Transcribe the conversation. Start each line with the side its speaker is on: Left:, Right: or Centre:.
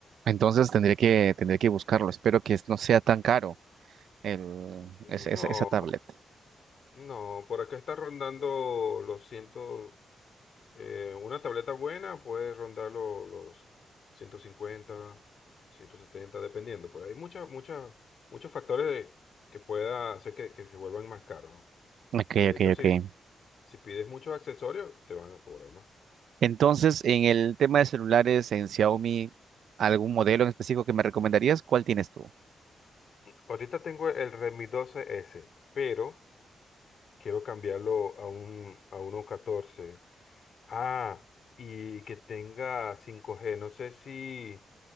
Right: Entonces tendré que, tendré que buscarlo. Espero que no sea tan caro el,
Left: No,
Right: ese- ese- esa tablet.
Left: no, por acá está rondando los ciento, eh, una tableta buena puede rondar lo- los 150, 170 dependiendo. Pues hay muchas, muchas, muchos factores de- que pueda hacer que, que se vuelvan más caros, ¿no?
Right: Ok,
Left: De
Right: ok,
Left: hecho, si,
Right: ok.
Left: si pides muchos accesorios, te van a cobrar más.
Right: Entonces, en el tema de celulares en Xiaomi, ¿algún modelo en específico que me recomendarías? ¿Cuál tienes tú?
Left: Ahorita tengo el Redmi doce s pero quiero cambiarlo a un a uno catorce Ah, y que tenga cinco g No sé si